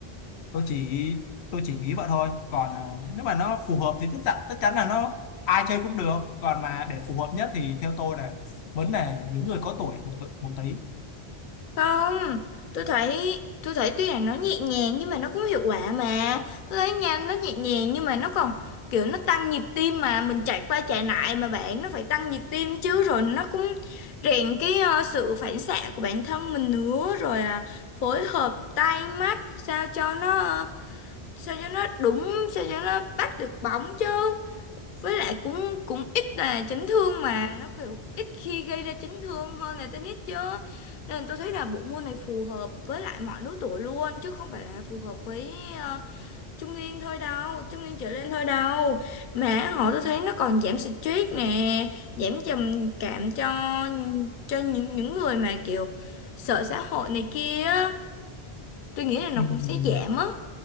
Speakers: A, on the left; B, on the left.
A: tôi chỉ tôi chỉ nghĩ vậy thôi còn à, nếu mà nó phù hợp thì tất chắn tất chắn là nó ai chơi cũng được còn mà để phù hợp nhất thì theo tôi là vẫn là những người có tuổi một, tu- một tí
B: Không, tôi thấy tôi thấy tuy rằng nó nhẹ nhàng nhưng mà nó cũng hiệu quả mà. Tôi thấy nha, nó nhẹ nhàng nhưng mà nó còn kiểu nó tăng nhịp tim mà mình chạy qua chạy lại mà bạn nó phải tăng nhịp tim chứ rồi nó cũng rèn cái ờ, sự phản xạ của bản thân mình nữa rồi à, phối hợp tay mắt sao cho nó ờ, sao cho nó đúng sao cho nó bắt được bóng chứ với lại cũng cũng ít là chấn thương mà nó kiểu ít khi gây ra chấn thương hơn là tennis chứ nên tôi thấy là bộ môn này phù hợp với lại mọi lứa tuổi luôn chứ không phải là phù hợp với ờ, trung niên thôi đâu trung niên trở lên thôi đâu mà họ tôi thấy nó còn giảm stress nè giảm trầm cảm cho cho những những người mà kiểu sợ xã hội này kia á. tôi nghĩ là nó
A: Ừm,
B: cũng sẽ giảm á